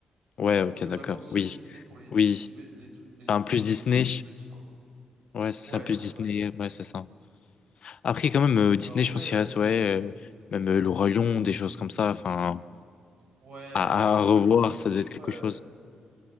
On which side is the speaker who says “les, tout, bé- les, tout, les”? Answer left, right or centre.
Right